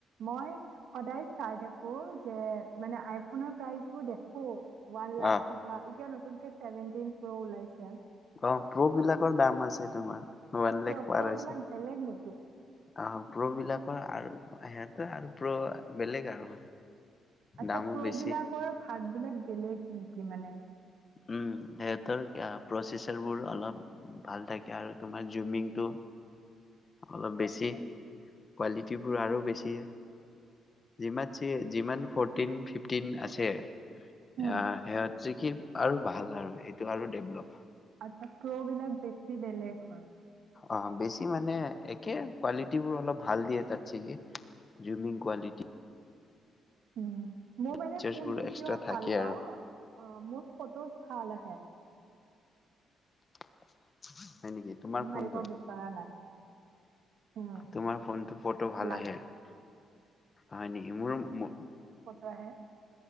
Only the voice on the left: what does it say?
অ অ
অহ প্ৰ' বিলাকৰ দাম আছে তোমাৰ। ওৱান লাখ
পাৰ
হৈছে
আহ প্ৰ' বিলাকৰ আৰু সিহঁতে আৰু প্ৰ' বেলেগ আৰু
দামো
বেছি।
উম সিহঁতৰ প্ৰচেচাৰবোৰ অলপ ভাল থাকে আৰু তোমাৰ জুমিংটো। অলপ বেছি কোৱালিটিবোৰ আৰু বেছি যিমান। যিমান ফৰটিন ফিফটিন আছে
অ সেই যেখি <unintelligible> আৰু ভাল আৰু এইটো আৰু ডেভলপ।
অ' বেছি মানে একে কোৱালিটিবোৰ অলপ ভাল দিয়ে তাত চাগে, জুমিং কোৱালিটি।
ফিচাৰ্চবোৰ
এক্সট্ৰা
থাকে
আৰু
<inaudible> তোমাৰ ফোনটো
তোমাৰ ফোনটো ফ'টো ভাল
আহে। হয় নেকি? মোৰো মোৰ